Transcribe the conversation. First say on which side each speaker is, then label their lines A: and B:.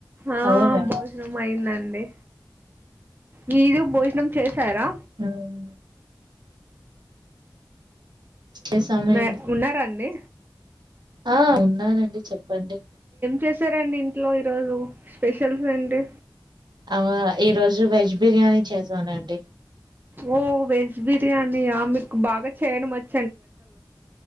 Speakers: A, on the right; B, on the right.
A: ఆ
B: అవునా
A: భోజనం అయిందండి మీరు భోజనం చేసారా
B: మ్మ్. చేసామండి
A: మ ఉన్నారండి
B: ఆ ఉన్నానండి చెప్పండి
A: చేసారండి ఇంట్లో ఈరోజు స్పెషల్స్ ఏంటి
B: ఆ ఈ రోజు వెజ్ బిర్యానీ చేసానండి
A: ఓ వెజ్ బిర్యానియా మీకు బాగా చేయడం వచ్చ